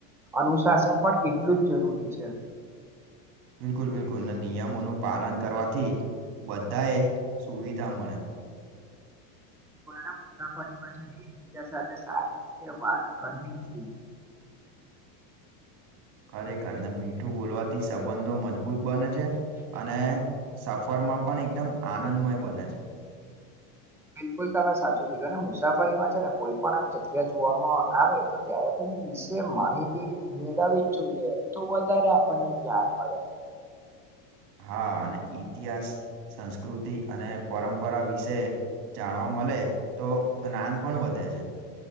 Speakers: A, in the centre; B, on the right.
A: અનુશાસન પણ એટલું જ જરૂરી છે.
B: બિલકુલ-બિલકુલ. ને નિયમોનું પાલન કરવાથી બધા એ સુવિધા મળે.
A: <inaudible> મુસાફરીમાં છે ને એકબીજા સાથે સારી રીતે વાત કરવી જ જોઈએ. <inaudible>
B: ખરેખર. ને મીઠું બોલવાથી સંબંધો મજબૂત બને છે. અને સફરમાં પણ એકદમ આનંદમય બને છે.
A: બિલકુલ તમે સાચું કીધું ને મુસાફરીમાં છે ને કોઈ પણ આમ જગ્યા જોવામાં આવે તો ત્યારે તે વિશે માહિતી મેળવવી જ જોઈએ તો વધારે આપણને જ્ઞાન મળે.
B: હા અને ઇતિહાસ, સંસ્કૃતિ અને પરંપરા વિશે જાણવામાં મલે તો જ્ઞાન પણ વધે છે.